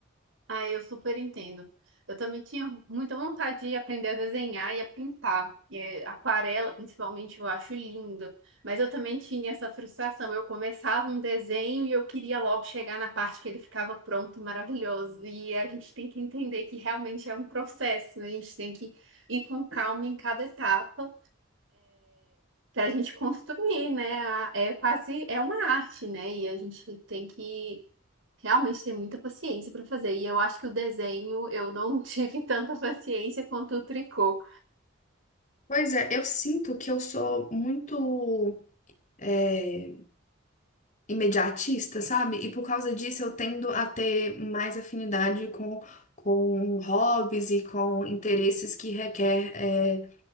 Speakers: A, on the right; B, on the left.
A: Ah, eu super entendo. Eu também tinha muita vontade de aprender a desenhar e a pintar. E eh, aquarela, principalmente, eu acho lindo. Mas eu também tinha essa frustração. Eu começava um desenho e eu queria logo chegar na parte que ele ficava pronto e maravilhoso. E a gente tem que entender que realmente é um processo, né? A gente tem que ir com calma em cada etapa, para a gente construir, né? A- É quase, é uma arte, né? E a gente tem que Realmente tem muita paciência para fazer. E eu acho que o desenho eu não <laughs> tive tanta paciência quanto o tricô.
B: Pois é, eu sinto que eu sou muito eh, imediatista, sabe? E por causa disso eu tendo a ter mais afinidade com, com hobbies e com interesses que requer eh,